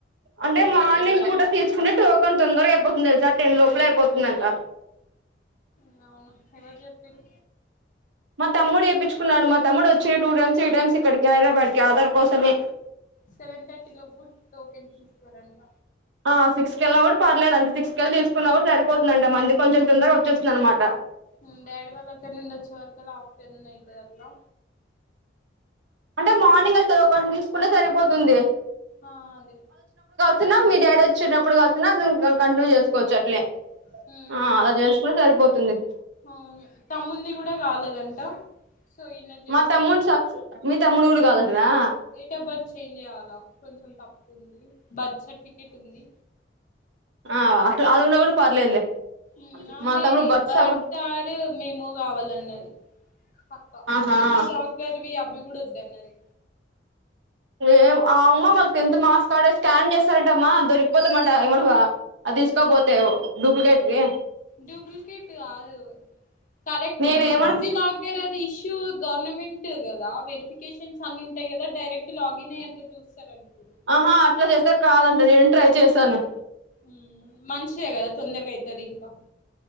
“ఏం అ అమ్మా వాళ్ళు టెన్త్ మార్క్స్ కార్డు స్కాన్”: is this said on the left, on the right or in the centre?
Right